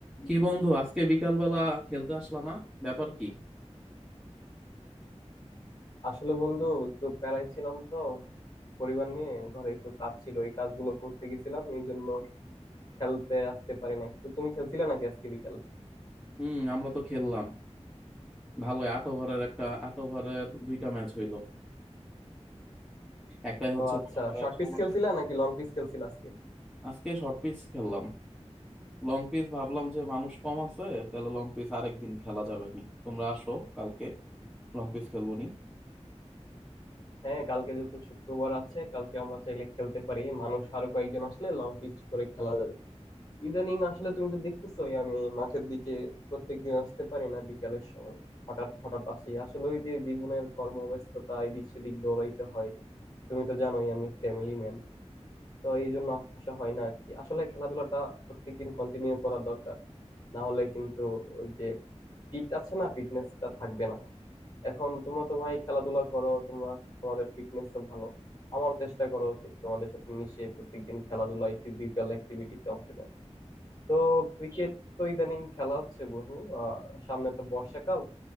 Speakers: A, in the centre; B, on the left.
A: কি বন্ধু আজকে বিকালবেলা খেলতে আসলা না ব্যাপার কি
B: আসলে বন্ধু একটু প্যারায় ছিলাম তো পরিবার নিয়ে ঘরে একটু কাজ ছিল ওই কাজগুলো করতে গেছিলাম এই জন্য খেলতে আসতে পারি নাই তো তুমি খেলছিলা নাকি আজকে বিকালে
A: হুম আমরা তো খেললাম ভালো আট ওভারের একটা আট ওভারের দুইটা ম্যাচ হইলো একটাই হচ্ছে
B: ও আচ্ছা
A: মনে করো
B: শর্ট
A: একশো
B: পিচ
A: উনাশ।
B: খেলছিলা নাকি লং পিচ খেলছিলা আজকে
A: আজকে শর্ট পিচ খেললাম লং পিচ ভাবলাম যে মানুষ কম আছে তাহলে লং পিচ আরেকদিন খেলা যাবে নি তোমরা আসো কালকে লং পিচ খেলবো নি
B: হ্যাঁ কালকে যেহেতু শুক্রবার আছে কালকে আমরা চাইলে খেলতে পারি মানুষ আরো কয়েকজন আসলে লং পিচ করে খেলা যাবে ইদানিং আসলে তুমি তো দেখতেছোই আমি মাঠের দিকে প্রত্যেকদিন আসতে পারি না বিকালের সময় হঠাৎ হঠাৎ আসি আসলে ওই যে জীবনের কর্মব্যস্ততা এদিক সেদিক দৌড়াইতে হয় তুমি তো জানোই আমি ফ্যামিলি ম্যান তো এই জন্য আসা হয় না আর কি আসলে খেলাধুলাটা প্রত্যেকদিন কন্টিনিউ করা দরকার না হলে কিন্তু ওই যে ফিট আছে না ফিটনেসটা থাকবে না এখন তোমরা তো ভাই খেলাধুলা করো তোমরা তোমাদের ফিটনেস ভালো আমারও চেষ্টা করা উচিত তোমাদের সাথে মিশে প্রত্যেকদিন খেলাধুলায় ফিজিক্যাল অ্যাক্টিভিটিতে অংশ নেয় তো ক্রিকেট তো ইদানিং খেলা হচ্ছে বহু আহ সামনে তো বর্ষাকাল